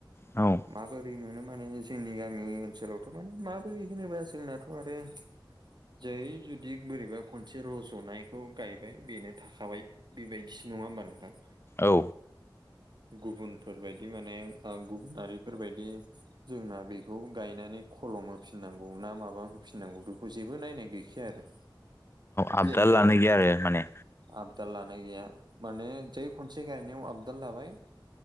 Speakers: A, on the left; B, on the right.
A: औ
B: माबोरै मोनो माने जोंनि गामि ओनसोलावथ' माने माबोरै होनोब्ला जोंनाथ' आरो जाय बिदिग बोरैबा खनसे रज'नायखौ गायबाय बेनो थाखाबाय बेबायदिसो नङा होमबा नोंथां?
A: औ
B: गुबुनफोरबायायदि माने गुबुनारिफोरबायदि जोंना बेखौ गायनानै खलम होफिननांगौ ना माबा होफिननांगौ बेखौ जेबो नायनाय गैखाया आरो।
A: आबदाल
B: जेनेबा
A: लानो
B: आरो
A: गैया माने
B: आबदाल लानाय गैया माने जे खनसे गायनायाव आबदाल लाबाय